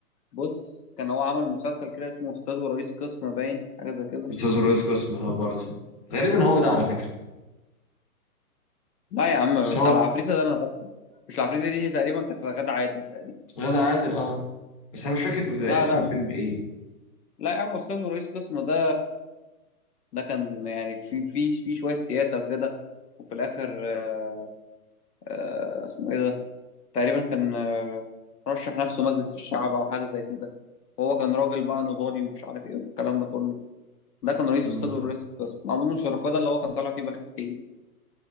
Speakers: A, on the left; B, on the left.
A: بص كان هو عمل مسلسل كده اسمه استاذ ورئيس قسم باين حاجه زي كده
B: أستاذ الرئيس قسم اه برضه غالبا هو ده على فكرة
A: لا يا عم
B: مش
A: بتاع
B: هو
A: العفريتة ده انا فاكره مش العفريتة دي تقريبا كانت غادة عادل تقريبا
B: غادة عادل اه بس أنا مش فاكر
A: لا
B: اسم
A: لا
B: الفيلم ايه
A: لا يا عم استاذ ورئيس قسم ده ده كان يعني في في في شويه سياسه وكده وفي الاخر آه، آه، اسمه ايه ده تقريبا كان آه، رشح نفسه مجلس الشعب او حاجه زي كده وهو كان راجل بقى نضالي ومش عارف ايه والكلام ده كله ده كان رئيس
B: مم.
A: استاذ ورئيس قسم مأمون الشركاء ده اللي هو كان طالع فيه بخيل